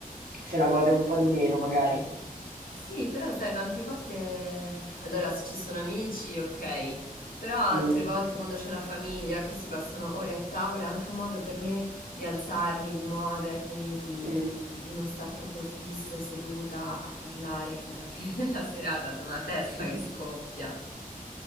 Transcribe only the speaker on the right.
se la gode un po' di meno magari.
Mm,
mm.
<laughs>